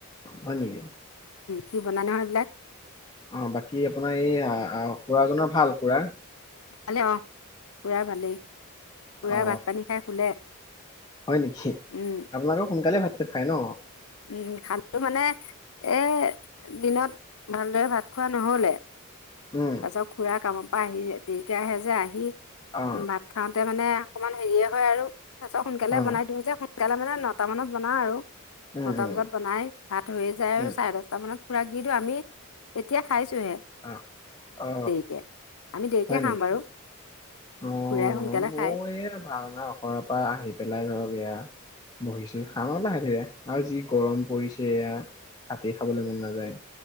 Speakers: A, on the left (about 20°); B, on the left (about 85°).
A: হয় নেকি
B: কি বনাই ন সেইবিলাক
A: অ বাকী আপোনাৰ এই খুৰাজনৰ ভাল খুৰা
B: ভালে অ খুৰাৰ ভালেই খুৰা
A: অ
B: ভাত পানী খাই শুলে
A: হয় নেকি
B: উম
A: আপোনালোকে সোনকালে ভাত খাই ন?
B: উম খালো মানে এ দিনত ভালদৰে ভাত খোৱা নহলে।
A: উম
B: তাৰ পিছত খুৰা কাম প আহি দেকি আহে যে আহি
A: অ
B: ভাত খাওঁতে মানে অকমান হেৰিয়ে হয় আৰু তাৰপাছত সোনকালে
A: অ
B: বনাই দিওঁ যে সোনকালে মানে নটা মানত বনাওঁ আৰু
A: উম
B: নটা
A: উম
B: বজাত বনাই ভাত হৈয়ে যায় আৰু
A: উম
B: চাৰে দচটা মানত খুৰাক দিদেও আমি এতিয়া খাইছোহে
A: অ অ
B: দেৰিকে আমি দেৰিকে
A: হয়
B: খাম
A: নেকি
B: বাৰু।
A: অ
B: খুৰাই সোনকালে
A: মোৰ
B: খায়
A: এই ভাওনা অখৰা পৰা আহি পেলাই ধৰক এয়া বহিছো খাম আৰু লাহে ধীৰে। আৰু যি গৰম পৰিছেয়া ভাতেই খাবলে মন নাযায়।